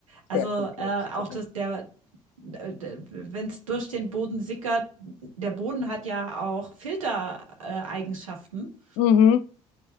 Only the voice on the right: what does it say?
Also
äh, auch
das, der, wenn es durch den Boden sickert, der Boden hat ja auch Filtereigenschaften.